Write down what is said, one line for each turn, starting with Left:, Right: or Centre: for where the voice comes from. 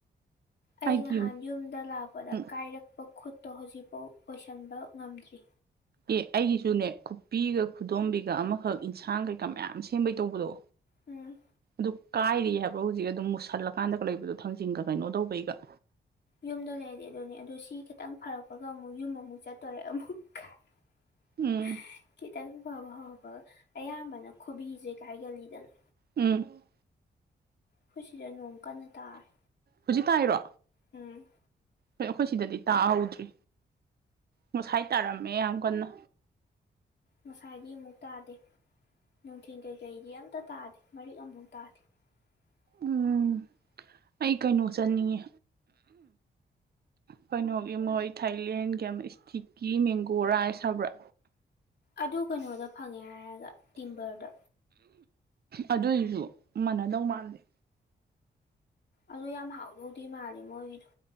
Left: ꯑꯩ
Right: ꯑꯩꯗꯤ
Left: ꯉꯍꯥꯟ
Right: ꯎꯝ
Left: ꯌꯨꯝꯗ ꯂꯥꯛꯄꯗ
Right: ꯑꯦ
Left: ꯀꯥꯏꯔꯛꯄ ꯈꯨꯠ ꯇꯣ ꯍꯧꯖꯤꯛꯐꯥꯎ ꯑꯣꯏꯁꯤꯟꯕ ꯉꯝꯗ꯭ꯔꯤ
Right: ꯑꯦ ꯑꯩꯒꯤꯁꯨꯅꯦ ꯈꯨꯄꯤꯒ ꯈꯨꯗꯣꯝꯕꯤꯒ ꯑꯃꯈꯛ ꯏꯟꯁꯥꯡ ꯀꯩꯀꯥ ꯃꯌꯥꯝ ꯁꯦꯝꯕꯩ ꯇꯧꯕꯗꯣ
Left: ꯎꯝ
Right: ꯑꯗꯨ ꯀꯥꯏꯔꯤ ꯍꯥꯏꯕ꯭ꯔ ꯍꯧꯖꯤꯛ ꯑꯗꯨꯝ ꯃꯨꯁꯜꯂꯀꯥꯟꯗꯒ ꯂꯩꯕꯗꯣ ꯊꯥꯡꯖꯤꯡꯒ ꯀꯩꯅꯣ ꯇꯧꯕꯩꯒ
Left: ꯌꯨꯝꯗ ꯂꯩꯔꯗꯤ ꯑꯗꯨꯅꯦ ꯑꯗꯨ ꯁꯤ ꯈꯤꯇꯪ ꯐꯔꯛꯄꯒ ꯑꯃꯨꯛ ꯌꯨꯝ ꯑꯃꯨꯛ ꯆꯠꯇꯣꯔꯦ ꯑꯃꯨꯛ <inaudible>
Right: ꯎꯝ
Left: ꯈꯤꯇꯪ ꯐꯕ ꯐꯕ ꯑꯌꯥꯝꯕꯅ ꯈꯨꯕꯤꯁꯦ ꯀꯥꯏꯒꯜꯂꯤꯗꯅ
Right: ꯎꯝ
Left: ꯑꯩꯈꯠꯁꯤꯗ ꯅꯣꯡ ꯀꯟꯅ ꯇꯥꯔꯦ
Right: ꯍꯧꯖꯤꯛ ꯇ꯭ꯍꯥꯏꯔꯣ
Left: ꯎꯝ
Right: ꯍꯣꯏ ꯑꯩꯈꯣꯏ ꯁꯤꯗꯗꯤ ꯇꯥꯍꯧꯗ꯭ꯔꯤ ꯉꯁꯥꯏ ꯇꯥꯔꯝꯃꯦ ꯌꯥꯝ ꯀꯟꯅ
Left: ꯉꯁꯥꯏꯗꯤ ꯑꯃꯨꯛ ꯇꯥꯗꯦ ꯅꯨꯡꯊꯤꯜ ꯀꯩꯀꯩꯗꯤ ꯑꯝꯇ ꯇꯥꯗꯦ ꯃꯔꯤꯛ ꯑꯃꯐꯥꯎ ꯇꯥꯗꯦ <inaudible>
Right: ꯎꯝ ꯑꯩ ꯀꯩꯅꯣ ꯆꯟꯅꯤꯡꯉꯦ ꯀꯩꯅꯣ ꯏ ꯃꯣꯏ ꯊꯥꯏꯂꯦꯟꯒ ꯏꯁꯇꯤꯛꯀꯤ ꯃꯦꯡꯒꯣ ꯔꯥꯏꯁ ꯍꯥꯏꯕ꯭ꯔꯥ
Left: ꯑꯗꯨ ꯀꯩꯅꯣꯗ ꯐꯪꯉꯦ ꯍꯥꯏꯔꯒ ꯇꯤꯝꯕꯔꯗ
Right: ꯑꯗꯨꯏꯁꯨ ꯃꯥꯟꯅꯗꯧ ꯃꯥꯜꯂꯦ
Left: ꯑꯗꯣ ꯌꯥꯝ ꯍꯥꯎꯊꯧꯗꯦ ꯃꯥꯂꯦ ꯃꯣꯏꯒꯤꯗꯣ